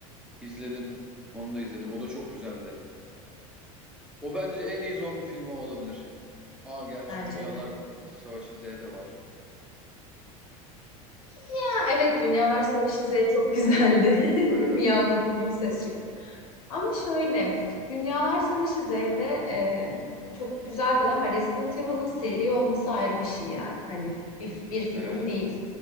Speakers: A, in the centre; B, on the left.
A: İzledim. Onu da izledim. O da çok güzeldi. O bence en iyi zombi filmi o olabilir. Aa gerçi
B: bence
A: Dünyalar
B: de
A: Savaşı Z de var.
B: ha, evet Dünyalar Savaşı Z çok güzeldi
A: Hı,
B: <laughs>
A: Aynen.
B: miyavladım gibi ses çıktı ama şöyle Dünyalar Savaşı Z'de e, çok güzeldi ama Resident Evil'ın seri olması ayrı bir şey yani hani bir, bir film
A: Evet.
B: değil